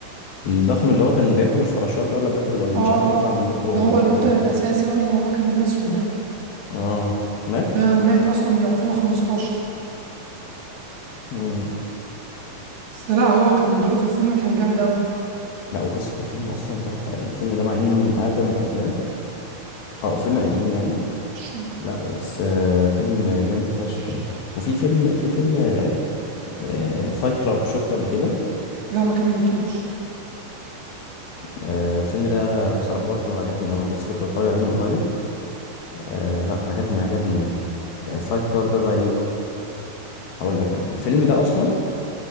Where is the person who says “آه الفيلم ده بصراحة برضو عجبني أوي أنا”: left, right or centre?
Left